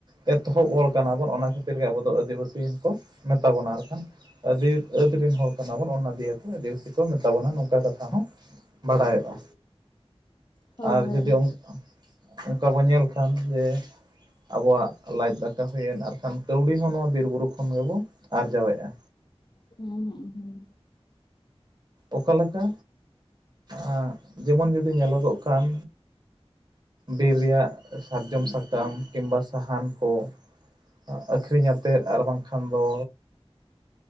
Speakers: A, on the right; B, on the left.
A: ᱮᱛᱚᱦᱚᱵ ᱦᱚᱲ ᱠᱟᱱᱟ ᱵᱚᱱ ᱚᱱᱟ ᱠᱷᱟᱹᱛᱤ ᱜᱮ ᱟᱵᱚ ᱫᱚ ᱟᱹᱫᱤᱵᱟᱹᱥᱤ ᱦᱚᱸ ᱠᱚ ᱢᱮᱛᱟ ᱵᱚᱱᱟ ᱟᱨ ᱠᱷᱟᱱ, ᱟᱹᱫᱤᱼᱼ ᱟᱹᱫᱽ ᱨᱤᱱ ᱦᱚᱲ ᱠᱟᱱᱟ ᱵᱚᱱ ᱚᱱᱟ ᱫᱤᱭᱮ ᱛᱮ ᱟᱹᱫᱤᱵᱟᱹᱥᱤ ᱠᱚ ᱢᱮᱛᱟ ᱵᱚᱱᱟ ᱱᱚᱝᱠᱟ ᱠᱟᱛᱷᱟ ᱦᱚᱸ ᱵᱟᱲᱟᱭᱚᱜ-ᱟ᱾
B: ᱦᱳᱭ
A: ᱟᱨ
B: ᱦᱳᱭ
A: ᱡᱩᱫᱤ ᱚᱝ, ᱚᱝᱠᱟ ᱵᱚᱱ ᱧᱮᱞ ᱠᱷᱟᱱ ᱡᱮᱼᱼ ᱟᱵᱚᱣᱟᱜ ᱞᱟᱡ ᱫᱟᱠᱟ ᱦᱩᱭᱮᱱ ᱟᱨ ᱠᱷᱟᱱ ᱠᱟᱹᱣᱰᱤ ᱦᱚᱸ ᱱᱚᱣᱟ ᱵᱤᱨ ᱵᱩᱨᱩ ᱠᱷᱚᱱ ᱜᱮᱵᱚ ᱟᱨᱡᱟᱣᱮᱜ-ᱟ᱾
B: ᱦᱩᱸ ᱦᱩᱸᱜ ᱦᱩᱸ᱾
A: ᱚᱠᱟ ᱞᱮᱠᱟ! ᱟᱸ ᱡᱮᱢᱚᱱ ᱡᱩᱫᱤ ᱧᱮᱞᱚᱜᱚᱜ ᱠᱷᱟᱱ ᱵᱤᱨ ᱨᱮᱭᱟᱜ ᱥᱟᱨᱡᱚᱢ ᱥᱟᱠᱟᱢ ᱠᱤᱝᱵᱟ ᱥᱟᱦᱟᱱ ᱠᱚ ᱟ ᱟᱹᱠᱷᱨᱤᱧ ᱟᱛᱮᱫ ᱟᱨ ᱵᱟᱝ ᱠᱷᱟᱱ ᱫᱚ